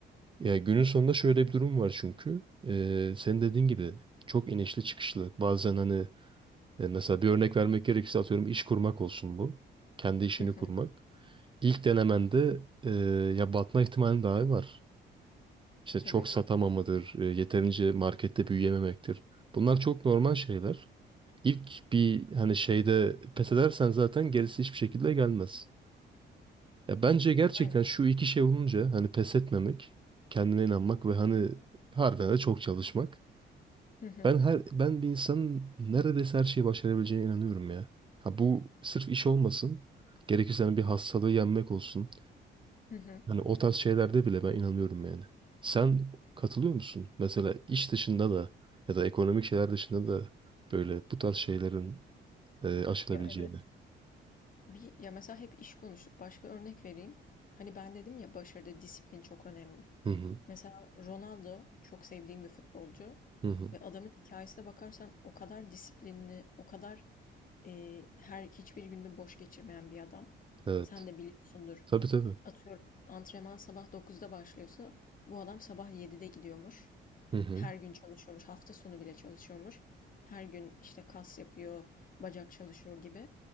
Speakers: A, on the right; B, on the left.
A: Ya günün sonunda şöyle bir durum var çünkü. E, senin dediğin gibi çok inişli çıkışlı. Bazen hani E, mesela bir örnek vermek gerekirse atıyorum iş kurmak olsun bu. Kendi işini
B: Hı hı.
A: kurmak. İlk denemende e, ya batma ihtimali dahi var. İşte
B: Tabii.
A: çok satamamadır, e, yeterince markette büyüyememektir. Bunlar çok normal şeyler. İlk bir hani şeyde pes edersen zaten gerisi hiçbir şekilde gelmez. Ya bence gerçekten
B: Aynen.
A: şu iki şey olunca hani pes etmemek, kendine inanmak ve hani harbiden de çok çalışmak
B: Hı hı.
A: Ben her ben bir insanın neredeyse her şeyi başarabileceğine inanıyorum ya. Ha bu sırf iş olmasın. Gerekirse hani bir hastalığı yenmek olsun.
B: Hı hı.
A: Hani o tarz şeylerde bile ben inanıyorum yani. Sen katılıyor musun? Mesela iş dışında da ya da ekonomik şeyler dışında da böyle bu tarz şeylerin e, aşılabileceğine.
B: Ya evet. Bir, ya mesela hep iş konuştuk. Başka örnek vereyim. Hani ben dedim ya başarıda disiplin çok önemli.
A: Hı hı.
B: Mesela Ronaldo çok sevdiğim bir futbolcu.
A: Hı hı.
B: Ve adamın hikayesine bakarsan o kadar disiplinli, o kadar e, her hiçbir gününü boş geçirmeyen bir adam.
A: Evet.
B: Sen de biliyorsundur.
A: Tabii tabii.
B: Atıyorum antrenman sabah dokuzda başlıyorsa bu adam sabah 7'de gidiyormuş.
A: Hı hı.
B: Her gün çalışıyormuş. Hafta sonu bile çalışıyormuş. Her gün işte kas yapıyor, bacak çalışıyor gibi.